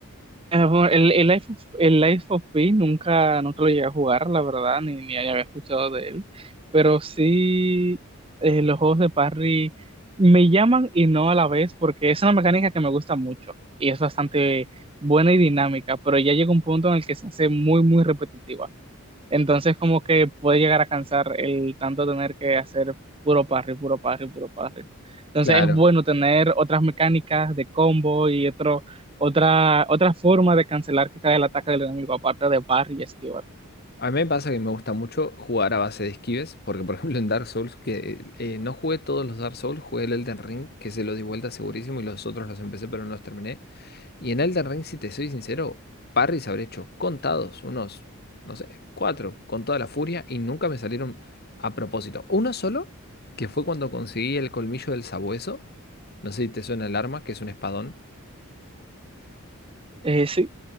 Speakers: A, on the right; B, on the left.
A: eh, bueno, el, el Life of, el Life of Pi nunca, nunca lo llegué a jugar, la verdad, ni, ni había escuchado de él, pero sí eh, los juegos de parry me llaman y no a la vez, porque es una mecánica que me gusta mucho y es bastante buena y dinámica, pero ya llega un punto en el que se hace muy, muy repetitiva. Entonces, como que puede llegar a cansar el tanto tener que hacer puro parry, puro parry, puro parry. Entonces,
B: Claro.
A: es bueno tener otras mecánicas de combo y otro, otra, otra forma de cancelar quizás el ataque del enemigo, aparte de parry y esquivar.
B: A mí me pasa que me gusta mucho jugar a base de esquives, porque por ejemplo en Dark Souls, que eh, no jugué todos los Dark Souls, jugué el Elden Ring, que se lo di vuelta segurísimo y los otros los empecé pero no los terminé. Y en Elden Ring, si te soy sincero, parries habré hecho contados, unos, no sé, cuatro, con toda la furia, y nunca me salieron a propósito. Uno solo, que fue cuando conseguí el colmillo del sabueso. No sé si te suena el arma, que es un espadón.
A: Eh, sí,